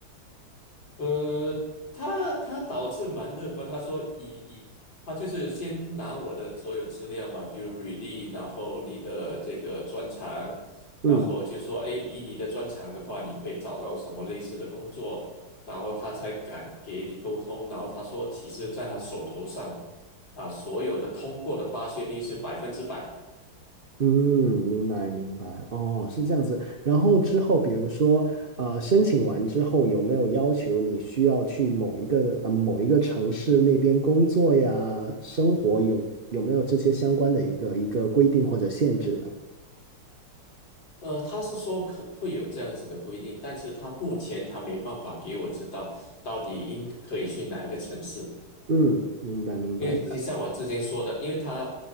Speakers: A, on the left; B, on the right.
A: 呃，他他导致蛮乐观，他说以以他就是先拿我的所有资料嘛，比如履历，然后你的这个专长，
B: 嗯
A: 然后就说，哎，以你的专长的话，你可以找到什么类似的工作，然后他才敢给你沟通。然后他说，其实在他手头上啊，所有的通过的发现率是百分之百。
B: 嗯，明白明白，哦，是这样子。然后之后，比如说，呃，申请完之后，有没有要求你需要去某一个呃某一个城市那边工作呀、生活有有没有这些相关的一个一个规定或者限制呢？
A: 呃，他是说可会有这样子的规定，但是他目前他没办法给我知道到底应可以去哪一个城市。
B: 嗯，明白明白，
A: 因为就像我之前说的，因为他，